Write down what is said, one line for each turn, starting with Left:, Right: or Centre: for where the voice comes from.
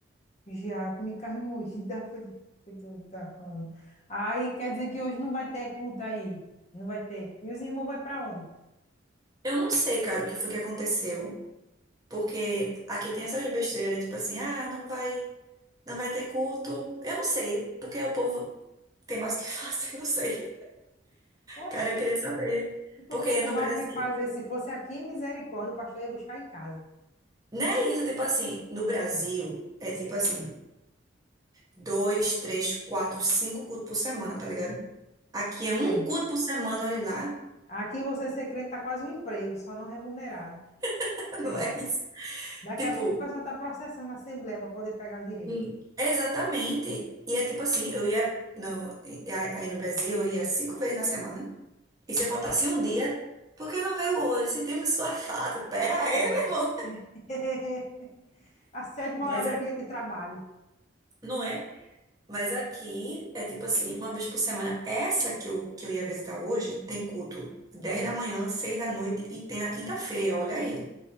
Left: Já, eu comi carne moída, <laughs> foi, foi tu tá falando. Aí quer dizer que hoje não vai ter culto aí. Não vai ter. E os irmãos vão pra onde?
Right: Eu não sei, cara, o que foi que aconteceu, porque aqui tem essas besteiras, tipo assim, ah, não vai, não vai ter culto. Eu não sei, porque o povo tem mais o que fazer, <laughs> não sei.
Left: Oxi,
Right: Cara, eu queria saber.
Left: e por
Right: Porque
Left: que tem
Right: no
Left: mal
Right: Brasil
Left: o que fazer? Se fosse aqui, misericórdia, o pastor ia buscar em casa.
Right: Não é isso, tipo assim, no Brasil, é tipo assim, dois, três, quatro, cinco cultos por semana, tá ligado? Aqui é um
Left: É.
Right: culto por semana, olha lá.
Left: Aqui você ser crente tá quase um emprego, só não remunerado.
Right: <laughs>
Left: É.
Right: Não é isso.
Left: Daqui
Right: Tipo,
Left: a pouco o pessoal está processando a Assembleia para poder pegar os direitos.
Right: Hum. exatamente. E é tipo assim, eu ia no, e- aí no Brasil, eu ia cinco vezes na semana. E se eu faltasse um dia, por que não veio hoje? Sentimos <laughs> sua falta. Pera aí,
Left: É.
Right: meu irmão.
Left: <laughs> Assédio moral
Right: <laughs> Mas
Left: no
Right: é-
Left: ambiente de trabalho.
Right: não é. Mas aqui é tipo assim, uma vez por semana. Essa que eu, que eu ia visitar hoje tem culto 10 da manhã, 6 da noite e tem na quinta-feira, olha aí.